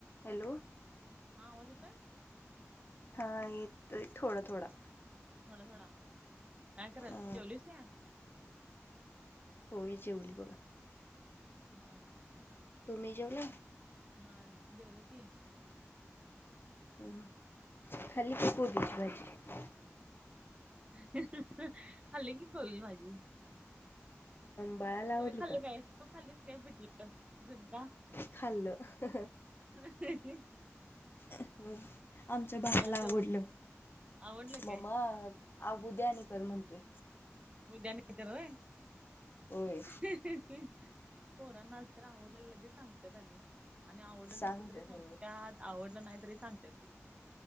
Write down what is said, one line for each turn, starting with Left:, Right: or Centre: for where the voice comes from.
Left: Hello.
Right: हा आवाज येतोय.
Left: हा येतोय थोडा थोडा.
Right: थोडा थोडा काय करा
Left: हा
Right: जेवलीस काय
Left: होय जेवली बघा.
Right: मग.
Left: तुम्ही जेवला.
Right: हा जेवलो की.
Left: ह खाल्ली का कोबीची
Right: आणि
Left: भाजी.
Right: हम्म हम्म खाली की कोबीचे भाजी.
Left: बाळाला
Right: तू तुम्ही
Left: आवडली
Right: खाल्ल
Left: का
Right: काय तू खालीच काय पिठलं झुनका.
Left: खाल्लो हम हम.
Right: ह <unintelligible>
Left: हम आमच्या बाळाला
Right: खाल्ला
Left: आवडलं
Right: तो आवडलं
Left: मम्मा
Right: काय
Left: अह उद्या आणि कर म्हणतोय.
Right: उद्या आणि तर होय
Left: होय
Right: हं हं हं. पोरना तर आवडले लगेच सांगतात आणि आणि आवडलं
Left: सांगतात
Right: नसल तरी सांगत्यात.
Left: होय
Right: आवडलं नाही तरी सांगतात ती.